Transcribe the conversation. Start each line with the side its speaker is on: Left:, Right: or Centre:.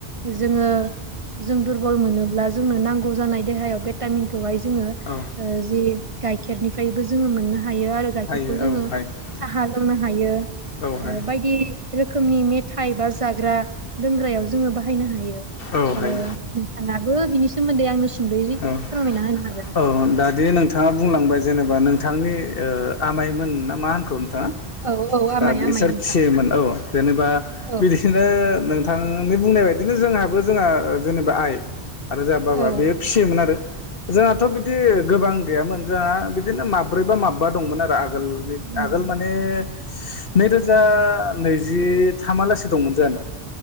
Right: जोङो जों दुरबल मोनोब्ला जोंनो नांगौ जानाय देहायाव भेटामिनखौहाय जोङो ओ
Left: औ
Right: जि गाइखेरनिफ्रायबो जोङो मोननो हा हायो आरो गाइखेरखौ
Left: हायो
Right: जोङो
Left: औ हायो
Right: साहा लोंनो हायो
Left: औ हायो
Right: बायदि रोखोमनि मेथाइ बा जाग्रा लोंग्रायाव जोङो बाहायनो हायो
Left: औ
Right: ओ
Left: हायो
Right: नोंथाङाबो बिनि सोमोन्दै आंनो सुंद'यै
Left: औ
Right: फोरमायना होनो हागोन
Left: औ दादि नोंथाङा बुंलांबाय जेनेबा नों थांनि ओ आमाइमोन ना मा होनखौ नोंथाङा
Right: औ औ
Left: दा
Right: आमाय
Left: बिसोर
Right: आमाय नोंथां
Left: फियमोन औ जेनेबा
Right: औ
Left: बिसिनो नों थांनि बुंनाय बायदिनो जोंहाबो जोंहा जेनेबा आइ आरो जोंहा बाबा
Right: औ औ
Left: बे जोंहाथ' बिदि गोबां गैयामोन जोंहा बिदिनो माब्रै बा माबा दंमोन आरो आगोल
Right: औ
Left: आगोल माने नैरोजा नैजिथामालासो दंमोन जोंहानाव